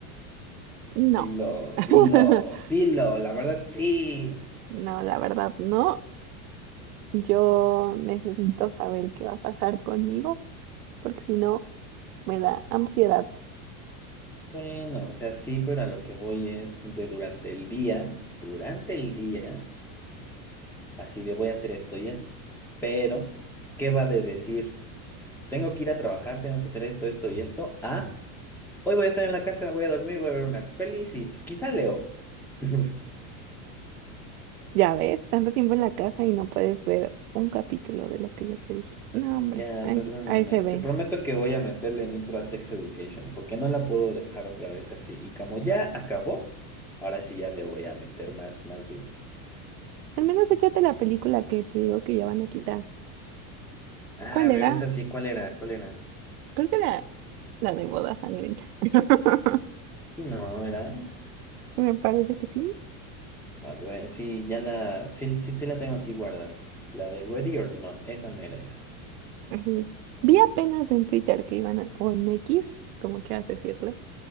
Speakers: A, on the right; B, in the centre.
A: no.
B: Dilo,
A: <laughs>
B: dilo, dilo, la verdad sí.
A: No, la verdad no. Yo necesito saber qué va a pasar conmigo, porque si no, me da ansiedad.
B: Bueno, o sea, sí, pero a lo que voy es de durante el día, durante el día, así de voy a hacer esto y esto. Pero, ¿qué va de decir? Tengo que ir a trabajar, tengo que hacer esto, esto y esto. ¿Ah? Hoy voy a estar en la casa, voy a dormir, voy a ver unas pelis y pues quizá leo. <laughs>
A: Ya ves, tanto tiempo en la casa y no puedes ver un capítulo de lo que yo te dije. No, hombre,
B: Ya,
A: ahí,
B: perdóname,
A: s- ahí se ve.
B: te prometo que voy a meterle nitro a Sex Education porque no la puedo dejar otra vez así. Y como ya acabó, ahora sí ya le voy a meter más, más duro.
A: Al menos échate la película que te digo que ya van a quitar.
B: Ah,
A: ¿Cuál
B: a ver,
A: era?
B: esa sí, ¿cuál era? ¿Cuál era?
A: Creo que la, la de Boda Sangrienta. <laughs>
B: Sí, no, era.
A: Me parece que sí.
B: A ver, sí, ya la, sí, sí, sí la tengo aquí guardada. La de Ready or Not, esa mera era.
A: Así es. Vi apenas en Twitter que iban a, o en X, como quieras decirle,